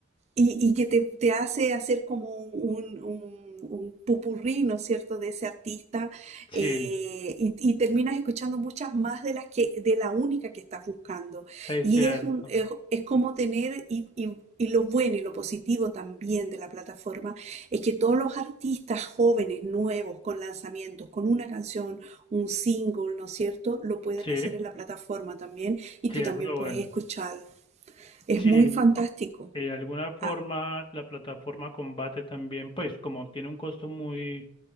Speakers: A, on the right; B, on the left.
A: Y, y que te, te hace hacer como un, un, un popurrí, ¿no es cierto?, de ese artista,
B: Sí,
A: eh, y, y terminas escuchando muchas más de las que, de la única que estás buscando.
B: es
A: Y
B: cierto.
A: es un, es, es como tener, y, y- y lo bueno y lo positivo también de la plataforma, es que todos los artistas jóvenes, nuevos, con lanzamientos, con una canción, un single, ¿no es cierto?, lo pueden
B: Sí,
A: hacer en la plataforma también, y
B: sí,
A: tú
B: eso
A: también
B: es lo
A: puedes
B: bueno.
A: escucharlo. Es
B: Sí,
A: muy fantástico.
B: Eh, De alguna forma,
A: Ah,
B: la plataforma combate también, pues como tiene un costo muy